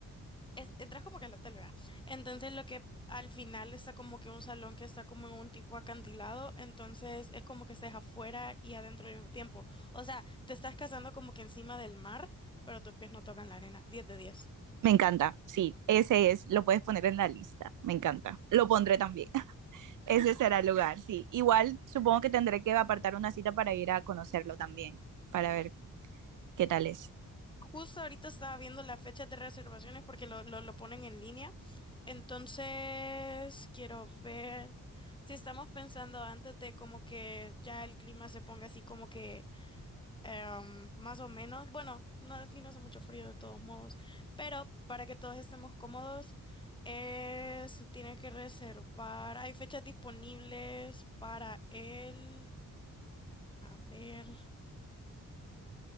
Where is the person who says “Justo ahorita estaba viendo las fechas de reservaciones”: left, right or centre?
Left